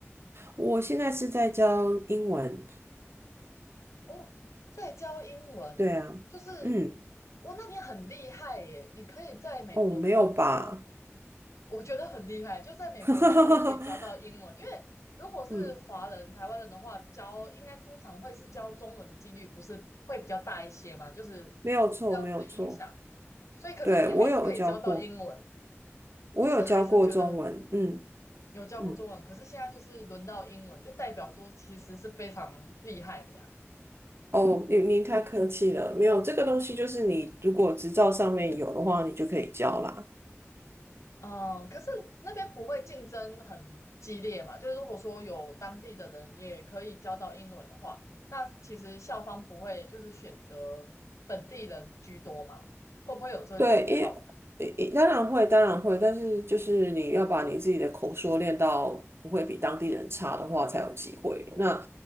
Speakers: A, on the right; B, on the left.
A: 我现在是在教英文。
B: 哦，在教英文，
A: 对啊，
B: 就是
A: 嗯，
B: 我、那你很厉害耶！你可以在美国然后教，
A: 哦，没有吧？
B: 我觉得很厉害，就在美国然后可以教到英文，
A: <laughs>
B: 因为如果是华人、
A: 嗯，
B: 台湾人的话，教应该通常会是教中文的几率不是会比较大一些嘛，就是
A: 没有错，
B: 这样子的印象。
A: 没有错。
B: 所以，可是你还是可以教到英文。
A: 对，我有教过，
B: 的。
A: 我有教过中文。
B: 就是还是觉得
A: 嗯
B: 有教过中文，
A: 嗯，
B: 可是现在就是轮到英文，就代表说其实是非常厉害的呀。
A: 哦，您您太客气了，没有这个东西，就是你如果执照上面有的话，你就可以教啦。
B: 嗯，可是那边不会竞争很激烈嘛？就是如果说有当地的人也可以教到英文的话，那其实校方不会就是选择本地人居多嘛？会不会有这个考量？
A: 对，因一当然会，当然会，但是就是你要把你自己的口说练到不会比当地人差的话，才有机会。那